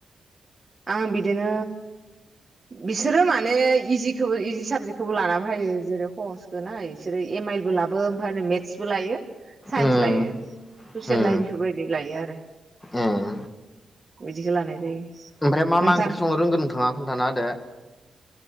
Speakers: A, on the right (about 25°); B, on the left (about 20°).
A: आं बिदिनो बिसोरो माने इजिखौबो इजि साबजेक्टखौबो लाना फायो जेरै हसखौ ना बिसोरो एम आइलबो लाबो ओमफ्राय मेथ्सबो लायो साइन्स
B: उम
A: लायो ससियेल
B: उम
A: लाइ बेफोरबायदि लायो आरो
B: उम
A: बिदिखौ लानाय जायो
B: ओमफ्राय मा
A: नोंथां
B: मा ओंख्रि संनो रोंगोन नोंथाङा खोनथाना होदो